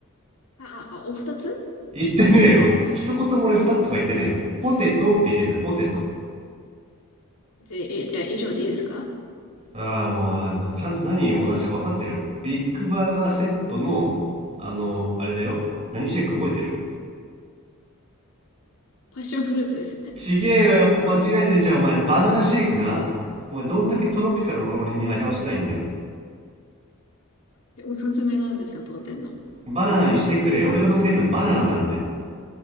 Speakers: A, on the left; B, on the right.
A: あ、あ、あ、お二つ
B: 言ってねえよ。<laughs> 一言も俺二つとか言ってねえよ。ポテトって言ってんだポテト。
A: あ、そう。じゃあ、えじゃあ以上でいいですか
B: ああ、もう、ちゃんと何を出したか分かってるビッグバーガーセットの、あの、あれだよ。何シェイク覚えてる
A: パッションフルーツですよね。
B: ちげえよ、やっぱ間違えてんじゃん、お前。バナナシェイクな。お前、どんだけトロピカルを俺に味わせたいんだよ。
A: えおすすめなんですよ、当店の。
B: バナナにしてくれ。俺が飲みたいのはバナナなんだよ。